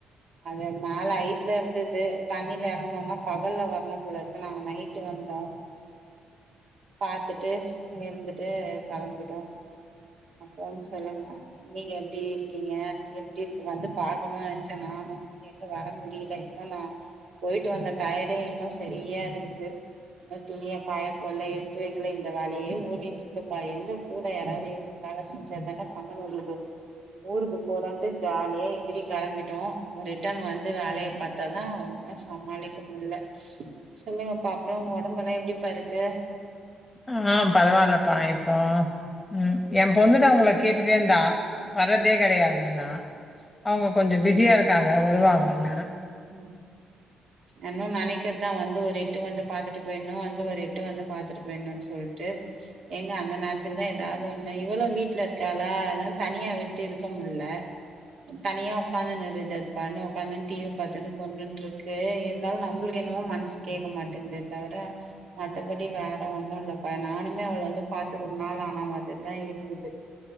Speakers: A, on the right; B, on the left.
A: அது மேல ஹைட்ல இருந்துது தண்ணில எறங்கணுனா பகல்ல வரணு போல இருக்கு நாங்க நைட்டு வந்தோ
B: <inaudible>
A: பாத்துட்டு இருந்துட்டு கெளம்பிட்டோ அப்புற சொல்லுங்க நீங்க எப்டி இருக்கிங்க எப்டி இருக்கு வந்து பாக்கணு நெனைச்ச நானு எங்க வர முடியல இன்னு நா போயிட்டு வந்த டயடே இன்னு சரியா இருக்குது இன்னொ துணிய காயபோல்ல எடுத்து வெக்ல இந்த வேலையே ஓடின்டுருக்குப்பா எங்க கூட யாராவது இருந்து வே கலோசிச்சாதாங்கா பண்ண முடிது ஊருக்கு போறோன்ட்டு ஜாலிய எகிரி கிளம்பிட்டோ ரிட்டன் வந்து வேலையை பாத்தாதா சமாளிக்க முடில சொல்லுங்கப்பா, அப்புற உங்க உடம்பஎல்லா எப்படிப்பா இருக்கு
B: ஆ பரவாயில்லப்பா இப்போ ம் எ பொண்ணுதா உங்கள கேட்டுட்டே இருந்தா வர்றதே கிடையாதுன்னா அவங்க கொஞ்ச பிஸியா இருக்காங்க வருவாங்கன்னு
A: ம் நன்னு நனைக்கிறது தா வந்து ஒரு எட்டு வந்து பாத்துட்டு போயிடணு, வந்து ஒரு எட்டு வந்து பாத்துட்டு போயிணு சொல்லிட் ட்டு எங்க அந்த நேரத்துக்கு தா ஏதாவது ஒண்ணு இவளு வீட்டுல இருக்காளா அதா தனியா விட்டு இருக்க மு இல்ல தனியா உக்காந்துனு அதுபட்ன்னு உகாந்துன்னு டிவி பாத்தன்னு பொண்ணு இருக்கு இருந்தாலு நம்மளுக்கு என்னமோ மனசு கேட்க மாட்டேங்குது தவிர மத்தபடி எப்படி வேற ஒன்னும் இல்லப்ப நானுமே அவள வந்து பாத்து ரொம்ப நாள் ஆனா மாரிதா இருக்குது